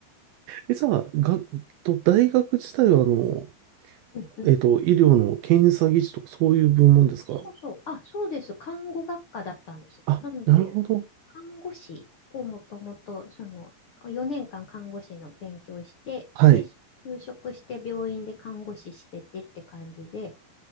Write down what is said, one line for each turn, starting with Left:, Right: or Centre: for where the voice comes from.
Right: え、じゃあ、が、と、大学自体はあの、
Left: うんうん。
Right: えっと、医療の検査技師とかそういう部門ですか
Left: そうそう。あ、そうです。看護学科だったんです。
Right: あ、
Left: なので、
Right: なるほど。
Left: 看護師をもともと、その、4年間看護師の勉強して、
Right: はい。
Left: で、就職して病院で看護師しててって感じで、